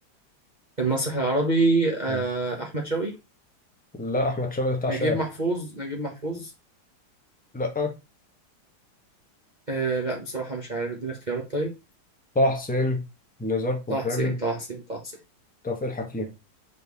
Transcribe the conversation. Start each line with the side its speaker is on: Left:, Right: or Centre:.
Right: المسرح العربي آه،
Centre: آه.
Right: أحمد شوقي
Centre: لا أحمد شوقي بتاع
Right: نجيب
Centre: شاعر
Right: محفوظ نجيب محفوظ
Centre: لا
Right: آه لا بصراحة مش عارف اديني اختيارات طيب
Centre: طه حسين نزار قباني
Right: طه حسين طه حسين طه حسين
Centre: توفيق الحكيم